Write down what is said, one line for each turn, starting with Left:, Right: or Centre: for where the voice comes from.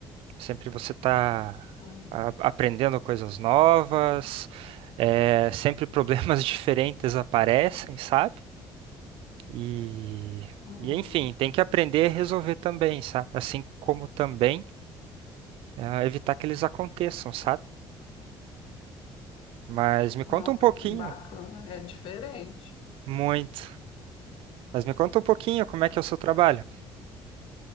Right: Sempre você está
Left: Uhum.
Right: aprendendo coisas novas, é, sempre problemas <laughs> diferentes aparecem, sabe? E,
Left: Uhum.
Right: e enfim, tem que aprender a resolver também, sabe? Assim como também ah, evitar que eles aconteçam, sabe? Mas me conta
Left: Nossa,
Right: um pouquinho,
Left: que bacana. É diferente.
Right: muito. Mas me conta um pouquinho como é que é o seu trabalho.